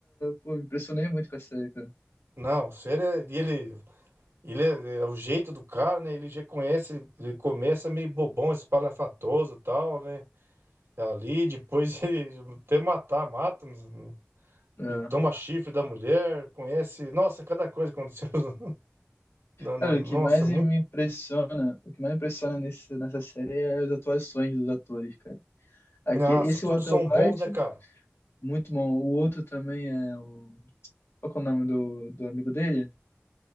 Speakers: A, on the left; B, on the right.
A: pô, me impressionei muito com a série, cara.
B: Não, o Sr. é- e ele, ele é, é o jeito do cara, né? Ele já conhece, ele começa meio bobão, espalhafatoso e tal, né? Ali, depois <laughs> ele até matar, mata, né?
A: É.
B: ele toma chifre da mulher, conhece. Nossa, cada coisa que aconteceu. <laughs> na- na-
A: Cara,
B: Nossa,
A: o que mais
B: muito.
A: me impressiona, o que mais me impressiona nesse, nessa série é as atuações dos atores, cara. Aqui,
B: Nossa,
A: esse
B: todos
A: Walter
B: são bons,
A: White,
B: né, cara?
A: muito bom. O outro também é o, qual que é o nome do, do amigo dele?